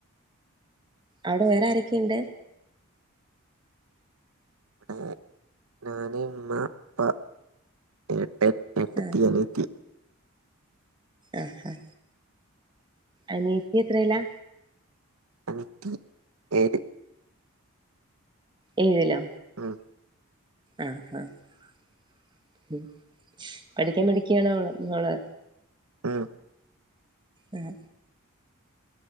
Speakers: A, on the right (about 20°); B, on the right (about 80°).
A: അവിടെ വേറെ ആരൊക്കെയുണ്ട്
B: മ് ഇവിടെ ഞാന് ഉമ്മ വാപ്പ ഏട്ടൻ ഏട്ടത്തി
A: ആഹ്
B: അനിയത്തി
A: ആഹ് അനിയത്തി എത്രയിലാ
B: അനിയത്തി ഏഴ്
A: ഏഴിലോ
B: ഉം
A: ആഹ് ആഹ് പഠിക്കാൻ മിടുക്കിയാണോ അവള്
B: ളം
A: ഉം